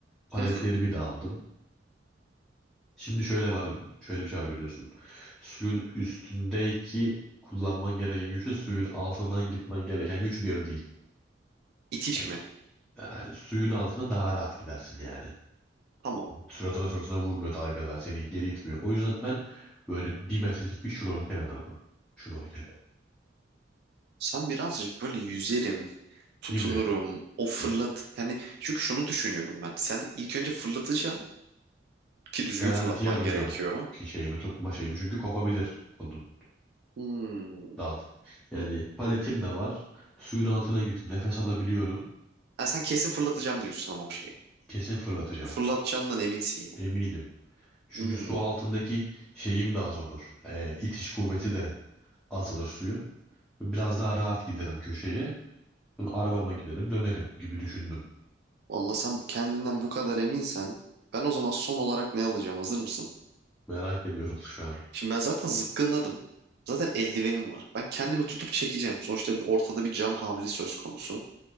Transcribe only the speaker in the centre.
Paletlerimi
de aldım. Şimdi şöyle var şöyle bir şey var biliyorsun. Suyun üstündeki kullanman gereken güçle suyun altından gitmen gereken güç bir değil.
Yani,
yani suyun altında daha rahat gidersin yani.
Suratına suratına vurmuyor dalgalar. Seni geri itmiyor. O yüzden ben böyle bir metrelik bir şnorkel alırdım. Şnorkel
gibi.
Yani
garantiye
alacağım
ki şeyimi tutma şeyimi. Çünkü kopabilir onun
dal. Yani paletim de var. Suyun altına girdim. Nefes alabiliyorum.
Kesin fırlatacağım.
Eminim. Çünkü
su altındaki şeyim de az olur. Ee, itiş kuvveti de azalır suyun. Biraz daha rahat giderim köşeye. Sonra arabama giderim dönerim gibi düşündüm.
Merak ediyorum şu an.